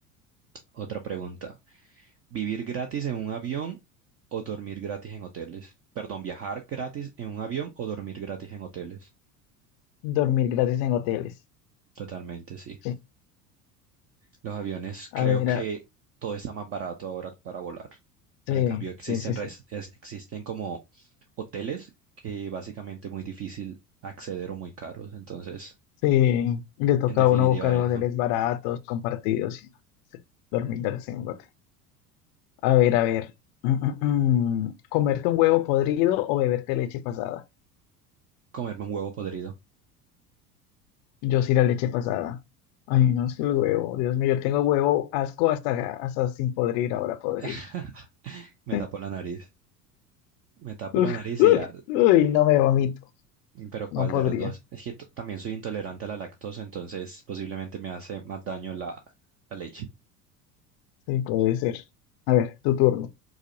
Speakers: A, on the right; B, on the left.
A: Otra pregunta. Vivir gratis en un avión o dormir gratis en hoteles. Perdón, viajar gratis en un avión o dormir gratis en hoteles.
B: Dormir gratis en hoteles.
A: Totalmente, sí.
B: Sí.
A: Los aviones,
B: A
A: creo
B: ver,
A: que todo está más barato ahora para volar. Pero
B: sí,
A: en cambio existen,
B: sí, sí, sí.
A: res- es- existen como hoteles que básicamente es muy difícil acceder o muy caros. Entonces,
B: Sí, le toca
A: en definitiva,
B: a uno buscar
A: eso.
B: hoteles baratos, compartidos, y no, sí, dormir gratis en un hotel. A ver, a ver. <clears throat> Mm, mm, mm. ¿Comerte un huevo podrido o beberte leche pasada?
A: Comerme un huevo podrido.
B: Yo sí la leche pasada. Ay, no, es que el huevo, Dios mío, yo tengo huevo asco hasta, hasta sin podrir ahora podrido.
A: <laughs> Me
B: <laughs>
A: tapo la nariz. Me tapo la
B: Uf,
A: nariz
B: uf,
A: y ya
B: uy, no me vomito,
A: Pero ¿cuál
B: no podría.
A: de los dos? Es que t- también soy intolerante a la lactosa, entonces posiblemente me hace más daño la, la leche.
B: Sí, puede ser. A ver, tu turno.